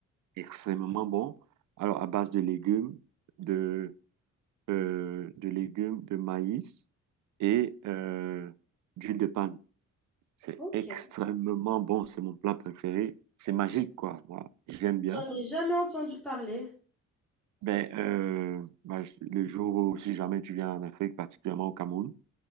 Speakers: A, on the right; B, in the centre.
A: extrêmement bon. Alors, à base de légumes, de, euh, de légumes, de maïs et euh, d'huile de palme. C'est
B: Ok.
A: extrêmement bon, c'est mon plat préféré. C'est magique, quoi. Moi, j'aime bien.
B: J'en ai jamais entendu parler.
A: Ben, euh, ben, je- le jour où si jamais tu viens en Afrique, particulièrement au Cameroun,